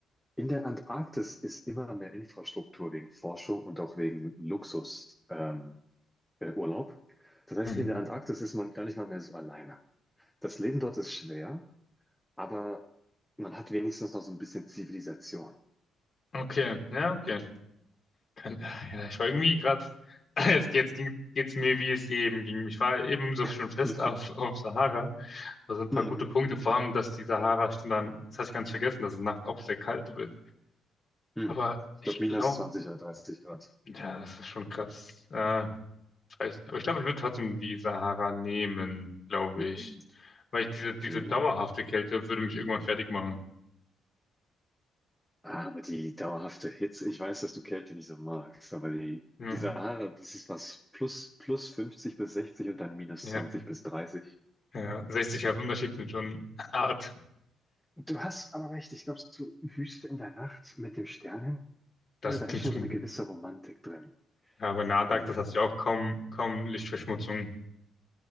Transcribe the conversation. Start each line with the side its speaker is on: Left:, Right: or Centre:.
Centre: In der Antarktis ist immer mehr Infrastruktur wegen Forschung und auch wegen Luxus, ähm, äh, Urlaub. Das heißt,
Left: Mhm.
Centre: in der Antarktis ist man gar nicht mal mehr so alleine. Das Leben dort ist schwer, aber man hat wenigstens noch so ein bisschen Zivilisation.
Left: Okay. Ja, okay. Kann, ja, ich war irgendwie gerade. <laughs> Jetzt, jetzt ging, geht's mir, wie es eben ging. Ich war eben so schon
Centre: <laughs>
Left: fest auf, auf Sahara. Da sind ein paar
Centre: Mhm.
Left: gute Punkte, vor allem, dass die Sahara, stimmt dann, das hatte ich ganz vergessen, dass es nachts auch sehr kalt wird.
Centre: Hm.
Left: Aber
Centre: Ich
Left: ich
Centre: glaube, minus
Left: glaube,
Centre: 20 oder 30 Grad.
Left: Ja, das ist schon krass. Äh, ich weiß nicht. Aber ich glaube, ich würde trotzdem die Sahara nehmen, glaube
Centre: Mhm.
Left: ich. Weil ich diese, diese
Centre: Mhm.
Left: dauerhafte Kälte würde mich irgendwann fertig machen.
Centre: Aber die dauerhafte Hitze, ich weiß, dass du Kälte nicht so magst, aber die,
Left: Ja,
Centre: die Sahara, das ist was plus, plus 50 bis 60 und dann minus
Left: ja.
Centre: 20 bis 30.
Left: ja. 60 Grad Unterschied sind schon hart.
Centre: Du hast aber recht, ich glaube, so Wüste in der Nacht mit dem Sternenhimmel,
Left: Das
Centre: da
Left: klingt
Centre: ist schon
Left: schon.
Centre: so eine gewisse Romantik drin.
Left: Ja, aber Nadak,
Centre: Hm.
Left: das hat sich auch kaum, kaum Lichtverschmutzung.